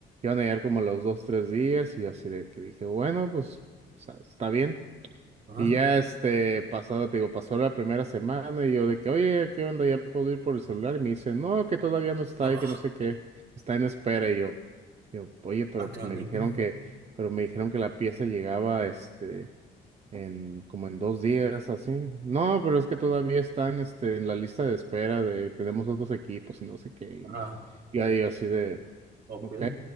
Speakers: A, on the right (about 35°); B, on the right (about 55°).
A: iban a llegar como a los dos, tres días, y yo así de que dije, bueno, pues, o sea, está bien.
B: Ajá.
A: Y ya este pasado, te digo, pasó la primera semana y yo de que, oye, ¿qué onda? ¿Ya puedo ir por el celular? Y me dice, no, que todavía no está
B: Oh,
A: y que no sé qué, está en espera. Y yo, yo, oye, pero
B: ah, canijo.
A: me dijeron que, pero me dijeron que la pieza llegaba este en como en dos días, así. No, pero es que todavía están este en la lista de espera de tenemos otros equipos y no sé qué.
B: Ajá.
A: Y ahí yo así de,
B: Ok.
A: ok.